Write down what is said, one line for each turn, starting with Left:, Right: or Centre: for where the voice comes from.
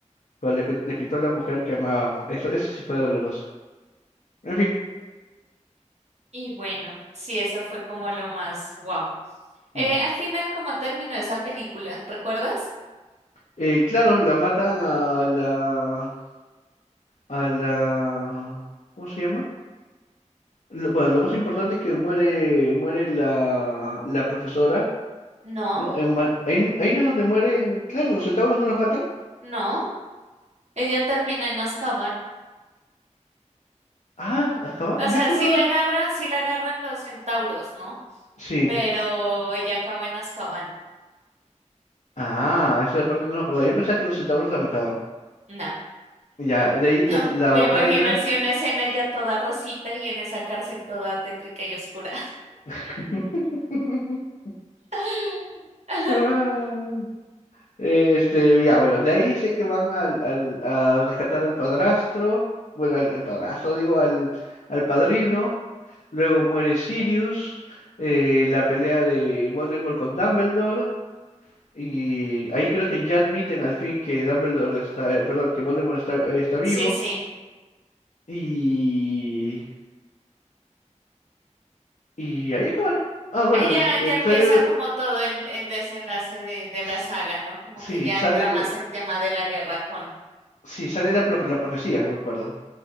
Left: pero le, qui- le quitó a la mujer que amaba. Eso, eso sí fue doloroso. En fin.
Right: Y bueno, sí, eso fue como lo más wow. Eh,
Left: mm.
Right: al final, ¿cómo terminó esa película? ¿Recuerdas?
Left: Eh, claro, la matan a la... a la... ¿Cómo se llama? Lo- bueno, lo más importante es que muere, muere la, la profesora,
Right: No,
Left: ¿no? En, ma- ahí, ahí no es donde mueren... Claro, los centauros no los matan.
Right: no. Ella termina en Azkaban.
Left: Ah, Azkaban.
Right: O sea,
Left: Yo juraba
Right: sí la
Left: que...
Right: agarran, sí la agarran los centauros, ¿no?
Left: Sí.
Right: Pero ella acaba en Azkaban.
Left: Ah, esa parte no me acordaba. Yo pensaba que los centauros la mataban.
Right: No.
Left: Ya, de ahí
Right: <laughs>
Left: las- la
Right: Me
Left: batalla.
Right: imagino así una escena ella toda rosita y en esa cárcel toda tétrica y oscura.
Left: <laughs>
Right: <laughs>
Left: Ay, Este, ya, bueno, de ahí sé que van al, al- a rescatar al padrastro, bueno, al, al padrastro, digo, al, al padrino, luego muere Sirius, eh, la pelea de Voldemort con Dumbledore, y ahí creo que ya admiten al fin que Dumbledore está, eh, perdón, que Voldemort está, está vivo,
Right: Sí, sí.
Left: y, y ahí acaba, ¿no? Ah, bueno,
Right: Ahí ya,
Left: le- eh,
Right: ya empieza
Left: sale,
Right: como todo el, el desenlace de, de la
Left: s-
Right: saga, ¿no? Como
Left: sí,
Right: que ya
Left: sale,
Right: entra más en tema de la guerra con...
Left: sí, sale la, prof- la profecía, me acuerdo,